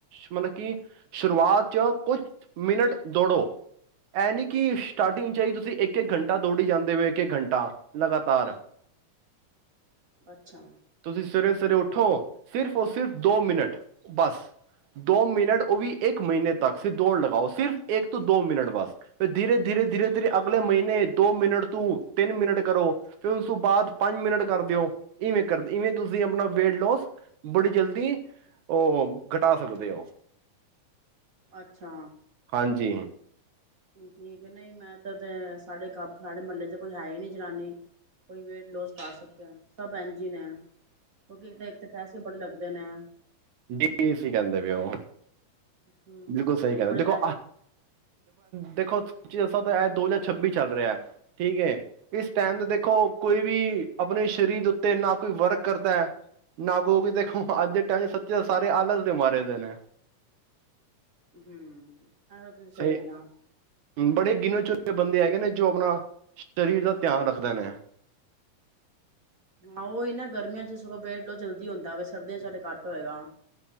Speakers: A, on the right (about 70°); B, on the right (about 30°).
A: ਮਤਲਬ ਕਿ ਸ਼ੁਰੂਆਤ ਚ ਕੁਛ ਮਿੰਟ ਦੌੜੋ ਇਹ ਨੀ ਕਿ ਸਟਾਰਟਿੰਗ ਚ ਹੀ ਤੁਸੀਂ ਅਸੀਂ ਇੱਕ ਇੱਕ ਘੰਟਾ ਦੌੜੀ ਜਾਂਦੇ ਹੋਏ ਇੱਕ ਇੱਕ ਘੰਟਾ ਲਗਾਤਾਰ
B: ਅੱਛਾ
A: ਤੁਸੀਂ ਸਵੇਰੇ ਉੱਠੋ ਸਿਰਫ ਸਿਰਫ ਦੋ ਮਿੰਟ ਬੱਸ ਦੋ ਮਿੰਟ ਉਹ ਵੀ ਇੱਕ ਮਹੀਨੇ ਤੱਕ ਸ ਦੌੜ ਲਗਾਓ ਸਿਰਫ ਇੱਕ ਤੋਂ ਦੋ ਮਿੰਟ ਬਸ ਧਰੇ ਧਰੇ ਧੀ ਧ ਅਗ ਅਗਲੇ ਮਹੀਨੇ ਦੋ ਮਿੰਟ ਤੋਂ ਤਿੰਨ ਮਿੰਟ ਕਰੋ ਫਿਰ ਉਸ ਤੋਂ ਬਾਅਦ ਪੰਜ ਮਿੰਟ ਕਰ ਦਿਓ ਇਵੇਂ ਕਰਦੇ ਇਵੇਂ ਤੁਸੀਂ ਆਪਣਾ ਵੇਟ ਲੋਸ ਬੜੀ ਜਲਦੀ ਉਹ ਘਟਾ ਸਕਦੇ ਹੋ
B: ਅੱਛਾ
A: ਹਾਂਜੀ
B: ਠੀਕ ਹੈ ਨਹੀਂ ਮੈਂ ਤਾਂ ਸਾਡੇ ਕੰਮ ਸਾਡੇ ਮਹੱਲੇ ਚ ਕੋਈ ਹੈ ਹੀ ਨੀ ਜਨਾਨੀ ਕੋਈ ਵੇਟ ਲੋੂਸ ਕਰ ਸਕਿਆ ਸਭ ਇੰਜ ਹੀ ਨੇ ਕਿਉਂਕਿ ਤਾਂ ਇੱਕ ਤਾਂ ਪੈਸੇ ਬੜੇ ਲੱਗਦੇ ਨੇ
A: ਡੀ ਵ ਕਹਿੰਦੇ ਪਏ ੳ
B: ਹੂੰ
A: ਬਿਲਕੁਲ ਸਹੀ ਕਹਿੰਦੇ
B: ਬੜੇ ਪੈਸੇ
A: ਦੇਖੋ ਦੇਖੋ ਦੇ ਦੇੋੀ ਦਸ ਇਹ ਦੋ ਹਜ਼ਾਰ ਛੱਬੀ ਚੱਲ ਰਿਹਾ ਹੈ ਠੀਕ ਹੈ ਇਸ ਟਾਈਮ ਦੇ ਦੇਖੋ ਕੋਈ ਵੀ ਆਪਣੇ ਸਰੀਰ ਦੇ ਉੱਤੇ ਨਾ ਕੋਈ ਵਰਕ ਕਰਦਾ ਹੈ ਨਾ ਕੋਈ ਵੀ ਦੇਖੋ ਅੱਜ ਦੇ ਟਾਈਮ ਸ ਸਾਰੇ ਆਲਸ ਦੇ ਮਾਰੇ ਦੇ ਨੇ।
B: ਹਮ ਆ ਬ ਸਹੀਕਾਂ
A: ਸਹੀ
B: <inaudible>
A: ਬੜੇ ਗਿਣੇ ਬੰਦੇ ਹੈਗੇ ਨੇ, ਜੋ ਆਪਣਾ ਸਰੀਰ ਦਾ ਧਿਆਨ ਰੱਖਦੇ ਨੇ।
B: ਹਾਂ ਉਹੀ ਨਾ ਗਰਮੀਆਂ ਚ ਸਗੋਂ ਵੇਟ ਲੋਸ ਜਲਦੀ ਹੁੰਦਾ। ਸਰਦੀਆਂ ਚ ਹਡੇ ਘੱਟ ਹੋਏਗਾ।